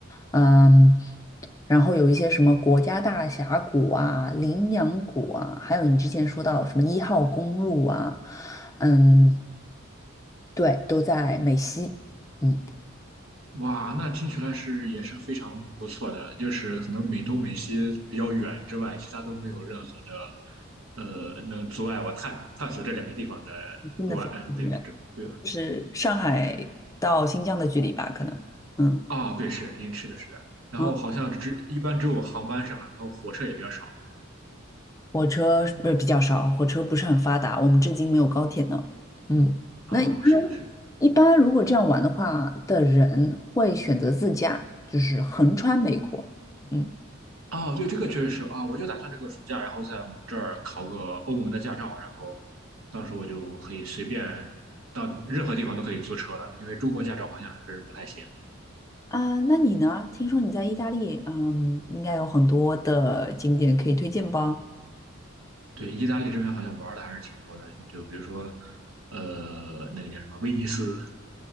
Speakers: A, on the left (about 15°); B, on the right (about 70°).
A: 嗯，然后有一些什么国家大峡谷啊、羚羊谷啊，还有你之前说到什么一号公路啊，嗯。对，都在美西。嗯，
B: 哇，那听起来是也是非常不错的，就是可能美东美西比较远之外，其他都没有任何的呃能阻碍我探探索这两个地方的
A: 真的非常远，
B: 阻碍，嗯，对对对，
A: 就是上海到新疆的距离吧，可能。嗯
B: 啊，对，是，因为是的，是的。然后好像只一般只有航班是吧？
A: 嗯，
B: 然后火车也比较少。
A: 火车不是比较少，火车不是很发达，我们至今没有高铁呢。嗯，
B: 啊，
A: 那一般
B: 是的，是的。
A: 一般如果这样玩的话的人会选择自驾，就是横穿美国。嗯
B: 啊，对，这个确实是啊，我就打算这个暑假，然后在我们这儿考个欧盟的驾照，然后到时候我就可以随便到任何地方都可以租车了，因为中国驾照好像还是不太行。
A: 啊，那你呢？听说你在意大利，嗯，应该有很多的景点可以推荐吧？
B: 对，意大利这边好像玩的还是挺多的，就比如说，呃，那个叫什么威尼斯，